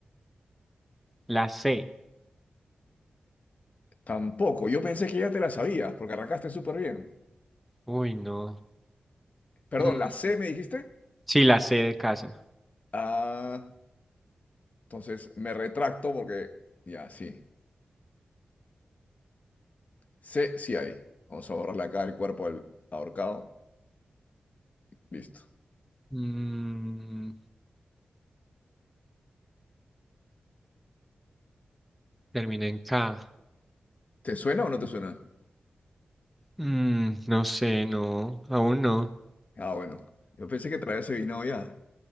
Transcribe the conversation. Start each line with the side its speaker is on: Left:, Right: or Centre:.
Centre: La C.
Left: Tampoco. Yo pensé que ya te la sabías porque arrancaste súper bien.
Centre: Uy, no.
Left: Perdón,
Centre: Mm,
Left: ¿la C me dijiste?
Centre: Sí, la C de casa.
Left: Ah, entonces me retracto porque ya, sí. C sí hay. Vamos a borrarle acá el cuerpo al ahorcado. Listo.
Centre: Mm, termina en K.
Left: ¿Te suena o no te suena?
Centre: Mm, no sé, no. Aún no.
Left: Ah, bueno. Yo pensé que traías adivinado ya,